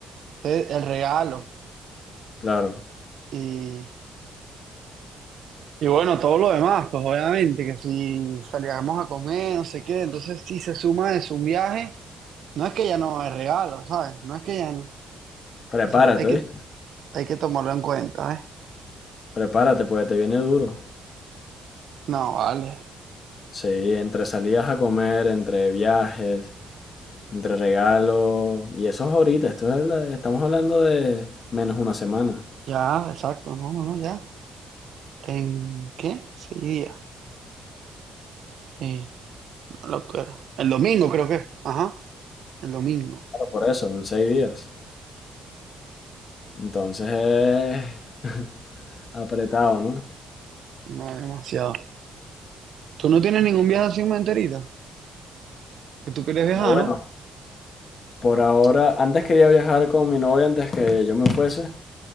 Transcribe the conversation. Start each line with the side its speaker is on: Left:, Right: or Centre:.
Right: es el regalo
Left: Claro.
Right: y, y bueno, todo lo demás, pues obviamente, que si salíamos a comer, no sé qué, entonces si se suma de su viaje, no es que ya no es regalo, ¿sabes? No es que ya no.
Left: Prepárate,
Right: Entonces hay que,
Left: ¿oíste?
Right: hay que tomarlo en cuenta, ¿eh?
Left: Prepárate, pues te viene duro.
Right: No, vale.
Left: Sí, entre salidas a comer, entre viajes. Entre regalos. Y eso es ahorita. Esto es la- estamos hablando de menos una semana.
Right: Ya, exacto. No, no, no, ya. ¿En qué? Seis días. Eh, una locura. El domingo creo que. Ajá. El domingo.
Left: Claro, por eso, en seis días. Entonces es <laughs> apretado, ¿no?
Right: No, demasiado. ¿Tú no tienes ningún viaje así en mente ahorita? Que tú quieres viajar,
Left: No, bueno.
Right: ¿no?
Left: Por ahora, antes quería viajar con mi novia antes que yo me fuese.